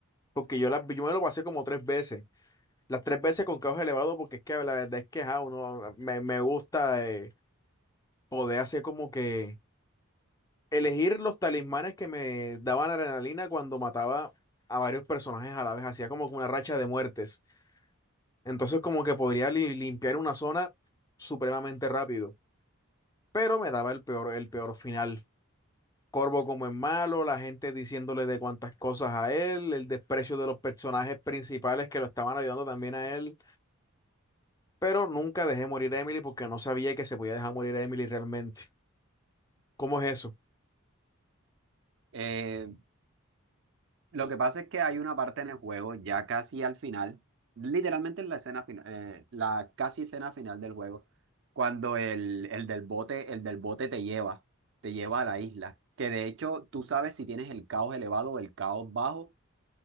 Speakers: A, on the left (about 15°); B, on the right (about 60°).
A: porque yo, la, yo me lo pasé como tres veces, las tres veces con caos elevado, porque es que la verdad es que ajá, uno, me, me gusta eh, poder hacer como que elegir los talismanes que me daban adrenalina cuando mataba a varios personajes a la vez, hacía como que una racha de muertes. Entonces como que podría li- limpiar una zona supremamente rápido, pero me daba el peor, el peor final. Corvo como en malo, la gente diciéndole de cuantas cosas a él, el desprecio de los personajes principales que lo estaban ayudando también a él, pero nunca dejé morir a Emily porque no sabía que se podía dejar morir a Emily realmente. ¿Cómo es eso?
B: Eh, Lo que pasa es que hay una parte en el juego, ya casi al final, literalmente en la escena final, la casi escena final del juego, cuando el, el del bote, el del bote te lleva, te lleva a la isla. Que de hecho tú sabes si tienes el caos elevado o el caos bajo,